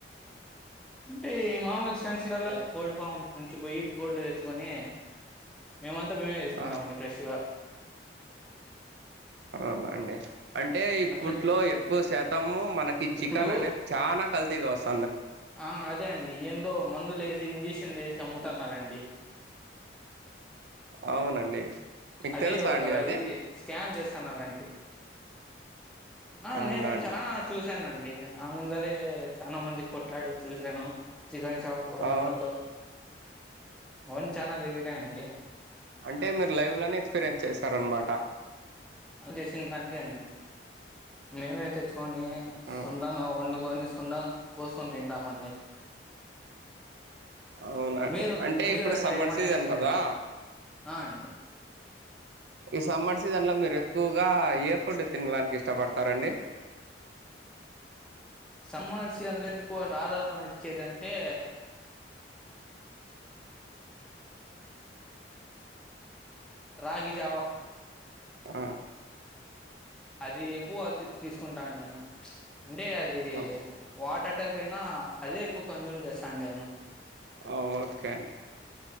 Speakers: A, in the centre; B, on the right.
A: అంటే ఈ మామూలు స్కన్సిడర్లో కోడిఫామ్ నుంచి పోయి కోళ్లు తెచ్చుకొని మేమంతా మేమే చేసుకుంటామండి
B: ఆ
A: ఫ్రెష్ గా
B: అవునా అండి అంటే ఇప్పట్లో
A: అట్లా
B: ఎక్కువ శాతము మనకి చికెన్
A: ఇప్పుడు
B: అనేది చా నాకల్తీగా వస్
A: ఆ అదే అండి ఏందో మందులేసి, ఇంజెక్షన్లేసి అమ్ముతున్నారండి.
B: అవునండి. మీకు
A: అది
B: తెలుసా
A: ఒక
B: అండి అది
A: ఇది స్కామ్ చేస్తున్నారండి. ఆ
B: అవునా
A: నేను
B: అండి
A: చానా చూసానండి. నా ముందరే చానా మంది కొట్లాడేది చూసాను. చికెన్ షాప్ ఓనర్లతో
B: ఆ
A: అవన్ని చానా జరిగినాయండి.
B: అంటే మీరు లైవ్లనే ఎక్స్పీరియన్స్ చేస్తారనమాట.
A: అది చేసింది దానికే అండి. మేమే తెచ్చు కొని
B: ఆ
A: సొంతంగా వండుకొని, సొంతంగా కోసుకొని తింటామండి.
B: అవునండి
A: మీరు
B: అంటే
A: మీరు
B: ఇప్పుడు
A: అట్లా
B: సమ్మర్
A: ఏమన్నా
B: సీజన్
A: ఎక్స్పీరియన్స్
B: కదా
A: ఆ అండి.
B: ఈ సమ్మర్ సీజన్ల మీరు ఎక్కువగా ఏ ఫుడ్ తినడానికి ఇష్టపడతారండి.
A: <inaudible> సీజన్లో ఎక్కువ ఆధార ఇచ్చేదింటే రాగి జావా
B: ఆ
A: అది ఎక్కువ తీసుకుంటాను నేను అంటే అది
B: ఆ
A: వాటర్ టైపైన అదే ఎక్కువ కన్స్యూమ్ చేస్తాను నేను
B: ఆ ఓకే అండి